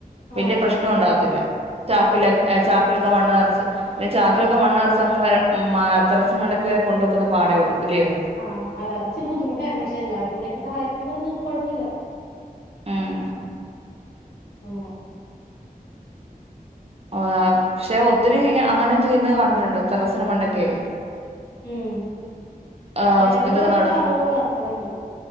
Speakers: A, on the right; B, on the left.
A: വെല്യപ്രശ്നം
B: ആഹ് അതെ അതെ
A: ഉണ്ടാകത്തില്ല ചാക്കിലെ
B: ഉം
A: ചാക്കിലക്കെ മണ്ണ് നർച്ച് ന്നെചാക്കിലൊക്കെ മണ്ണ്നർച്ച് അങ്ങും വ മ ത്റസിന് മണ്ടക്ക്വെരെ കൊണ്ടൊക്കുന്ന പാടേഒള്ളൂ ഇല്ല്യോ
B: ആഹ് അതെ അത് ഇച്ചിരി ബുദ്ധിമുട്ടായിരുന്നു പക്ഷെ എല്ലവരുംക്കൂടെക്കെ സഹായികുമ്പോ അത് കൊഴപ്പൊല്ല്യ
A: ഉം
B: അങ്ങനെ
A: ആഹ് ക്ഷെ ഒത്തിരി അങ്ങനെ ചെയ്യുന്നത് കണ്ടിട്ടുണ്ട് തെറസിന് മണ്ടകെയ്‌
B: ഉം
A: ആ
B: മരങ്ങൾവരെ
A: ഇതൊക്കെ
B: ഇപ്പആളുകള് വളർതത്ത്ണ് ണ്ട്